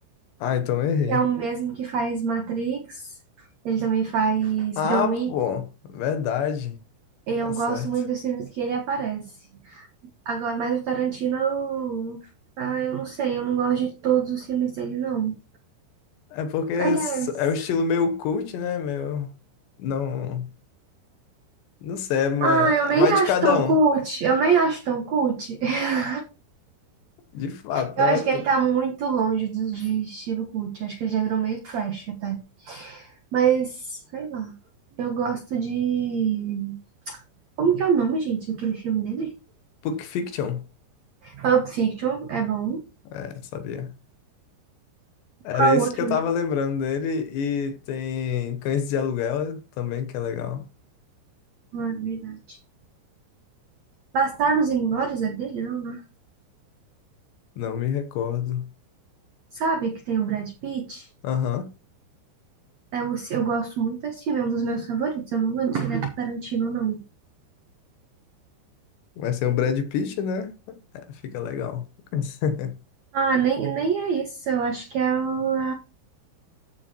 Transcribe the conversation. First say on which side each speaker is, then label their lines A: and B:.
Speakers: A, on the left; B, on the right.
A: Ah, então eu errei.
B: É o mesmo que faz Matrix, ele também faz
A: Ah,
B: John
A: pô,
B: Wick.
A: verdade.
B: Eu
A: Tá certo.
B: gosto muito dos filmes que ele aparece. Agora, mas o Tarantino, eu- ah, eu não sei, eu não gosto de todos os filmes dele, não.
A: É porque s-
B: Aliás,
A: é um estilo meio cult, né? Meu. Não. Não sei, mas
B: ah, eu nem
A: vai de
B: acho
A: cada
B: tão
A: um.
B: cult, eu nem acho tão cult. <laughs>
A: De fato,
B: Eu
A: não
B: acho
A: é. tu-
B: que ele tá muito longe do, de estilo cult, acho que ele já virou meio trash até. Mas, sei lá, eu gosto de Como que é o nome, gente, daquele filme dele?
A: Pulp Fiction.
B: Pulp Fiction, é bom.
A: É, sabia. Era
B: Qual
A: isso
B: o outro?
A: que eu tava lembrando dele. E tem Cães de Aluguel também, que é legal.
B: Não, é verdade. Bastardos Inglórios é dele, não, né?
A: Não me recordo.
B: Sabe que tem o Brad Pitt?
A: Aham.
B: É o, eu gosto muito desse filme, é um dos meus favoritos. Eu não lembro se ele é do Tarantino ou não.
A: Vai ser o Brad Pitt, né? É, fica legal. <laughs>
B: Ah, nem, nem é isso. Eu acho que é o,